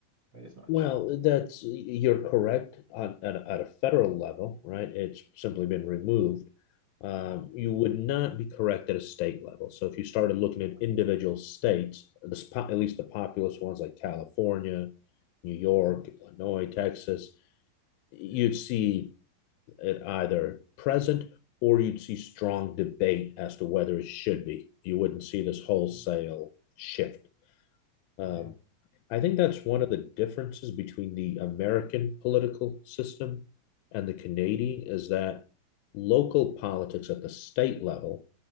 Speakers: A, on the right (about 35°); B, on the left (about 85°).
A: quite as much.
B: Well, that's you're correct on at, a- at a federal level, right? It's simply been removed. Um, you
A: Mm-hmm.
B: would not be correct at a state level. So if you started looking at
A: Yeah.
B: individual states, the, spo- at least the populous ones like California, New York,
A: Mm-hmm.
B: Illinois, Texas, you'd
A: Yep.
B: see it either present or you'd see strong debate as to whether it should be. You wouldn't see this wholesale
A: Mm.
B: shift. Um,
A: Yeah.
B: I think that's one of the differences between the American political system and the Canadian
A: Mm-hmm.
B: is that local politics at the state level